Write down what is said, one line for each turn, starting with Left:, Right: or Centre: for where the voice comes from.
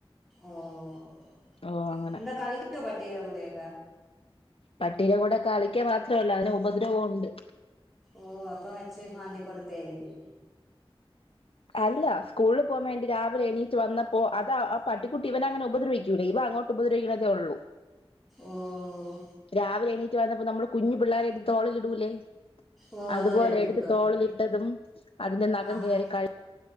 Centre: ഓഹ്
Left: ഓ അങ്ങനെ
Centre: എന്താ കളിച്ചിട്ട് പട്ടിയുടെകൂടെയക്കെ.
Left: പട്ടിയുടെകൂടെ കളിക്ക മാത്രമല്ല അതിന് ഉപദ്രവം ഉണ്ട്.
Centre: ഓഹ് അപ്പം വെച്ച് മാന്തി കൊടുത്തആയിരിക്കും.
Left: അല്ല സ്കൂളിൽ പോകാൻ വേണ്ടി രാവിലെ എണീറ്റ് വന്ന അപ്പോ അത് ആ പട്ടിക്കുട്ടി ഇവന അങ്ങനെ ഉദ്രവിക്കൂല ഇവൻ അങ്ങോട്ട് ഉദ്രവിക്കുന്നതേ ഉള്ളൂ.
Centre: ഓഹ്
Left: രാവിലെ എണീറ്റ് വന്നപ്പോ നമ്മള് കുഞ്ഞു പിള്ളോരെ എടുത്ത്തോളിലിടൂലെ.
Centre: ഓ
Left: അതുപോലെ
Centre: എടുത്തിട്ടോ
Left: എടുത്ത് തോളിനിട്ടതും അതിന്റെ നഖം
Centre: ആഹാ
Left: കയറി കഴ